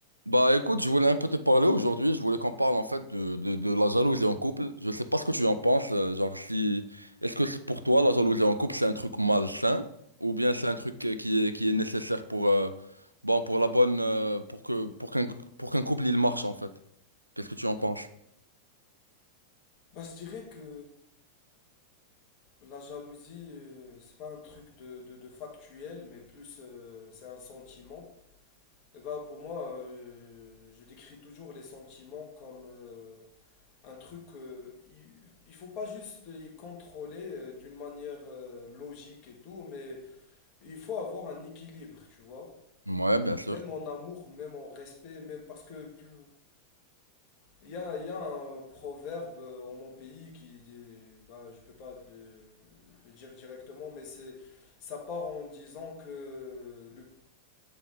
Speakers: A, on the right; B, on the left.
A: Bah écoute, je voulais un peu te parler aujourd'hui, je voulais qu'on parle en fait de, de, de la jalousie en couple. Je sais pas ce que tu en penses, euh, genre si est-ce que c'est pour toi la jalousie en couple c'est un truc malsain ou bien c'est un truc euh, qui est qui est nécessaire pour euh, bon pour la bonne euh, pour que pour qu'un pour qu'un couple il marche en fait. Qu'est-ce que tu en penses?
B: Bah, je dirais que la jalousie, euh, c'est pas un truc de, de- de factuel, mais plus euh, c'est un sentiment. Et bah, pour moi, euh, je décris toujours les sentiments comme euh, un truc. euh, il, il faut pas juste y contrôler euh, d'une manière euh, logique et tout, mais il faut avoir un équilibre, tu vois.
A: Ouais, bien sûr.
B: Même en amour, même en respect, même parce que plus, Il y a, il y a un proverbe euh, en mon pays qui dit, bah, je peux pas te le, le dire directement, mais c'est, ça part en disant que le,